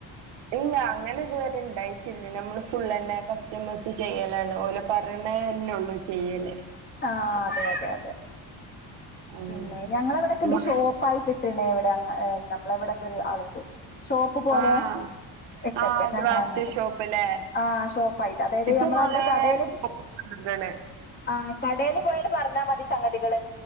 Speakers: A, on the right; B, on the left.
A: ഇല്ല അങ്ങനെ ഇതുവരെ ഇണ്ടായിറ്റില്ല നമ്മള് ഫുള്ളന്നെ കസ്റ്റമേഴ്സ് ചെയ്യലാണ് ഒല് പറണേനുള്ളു ചെയ്യല്
B: ആ അതെ അതെ അതെ
A: അങ്ങനെ
B: പിന്നെ ഞങ്ങളവാടക്കിണ്ട്
A: മ
B: ഷോപ്പായിട്ട്ട്ടിണ്ടെ <unintelligible> നമ്മളെവിടെക്കെ ഒരു ആളുണ്ട് ഷോപ്പ് പോലെയാ
A: ആഹ്
B: ഇട്ടേക്ക
A: ആഹ്
B: ഞങ്ങളങ്ങാട്ട്
A: ഗ്രാഫ്റ്റ് ഷോപ്പ്ല്ലേ
B: ആ ഷോപ്പായിട്ട് അതായത്
A: ഇപ്പൊ
B: നമ്മളവിടെ
A: കൊറേ
B: കടേല്
A: വന്ന്ക്ക്ണ്
B: ആ കടേല് പോ പറഞ്ഞാൽ മതി സംഗതികള്.